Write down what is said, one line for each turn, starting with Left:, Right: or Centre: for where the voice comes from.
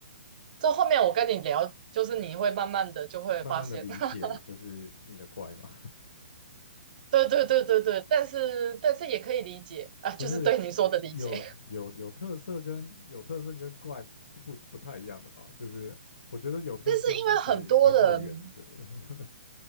Right: 这后面我跟你聊，就是你会慢慢的就会发现，
Left: 慢慢的理解就是你的怪嘛，
Right: <laughs> 对对对对对，但是但是也可以理解啊，
Left: <laughs> 不是
Right: 就是对你说的理解，
Left: 有有有特色跟有特色跟怪不是不不太一样的吧？
Right: <laughs>
Left: 就是我觉得有特色是可以很有原则，
Right: 但是因为很多人。
Left: <laughs>